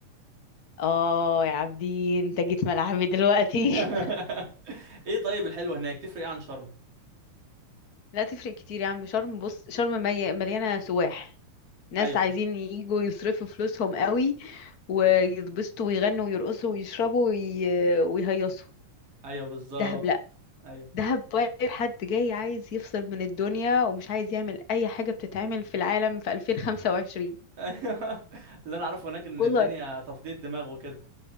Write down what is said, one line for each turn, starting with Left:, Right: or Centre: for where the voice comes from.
Left: اه يا عابدين انت جيت ملعبي دلوقتي
Right: <laughs> ايه طيب الحلوة هناك تفرق ايه عن شرم
Left: <laughs> لا تفرق كتير يا عم شرم بص شرم مي- مليانه سواح ناس
Right: ايوه
Left: عايزين يجوا يصرفوا فلوسهم قوي ويتبسطوا ويغنوا ويرقصوا ويشربوا وي... ويهيصوا
Right: ايوه بالظبط
Left: دهب لا
Right: ايوه
Left: دهب فايب حد جاي عايز يفصل من الدنيا ومش عايز يعمل اي حاجة بتتعمل في العالم في 2025
Right: ايوه <laughs> اللي انا اعرفه هناك ان
Left: والله
Right: الدنيا تفضية دماغ وكده